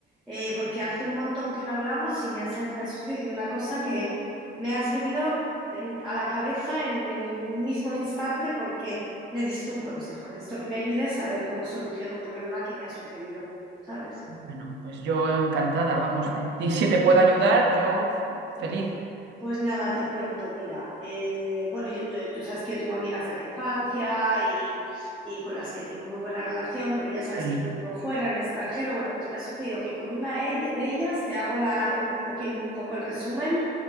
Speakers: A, in the centre; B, on the right.
A: eh, porque hace un montón que no hablamos y me ha, sali- me ha sucedido una cosa que me has venido en- a la cabeza en el mismo instante porque necesito un consejo, necesito que me ayudes a ver cómo soluciono un problema que me ha sucedido, ¿sabes?
B: Bueno, pues yo encantada, vamos, eh, y si te puedo ayudar, yo feliz.
A: Pues nada, te cuento, mira, eh, bueno, yo, tú, tú sabes que yo tengo amigas de la infancia y, y con las que tengo muy buena relación, pero ya sabes
B: Sí,
A: que yo vivo fuera, en el extranjero, bueno, pues me ha sucedido que con una ell- de ellas, te hago la- un, poque- un poco el resumen,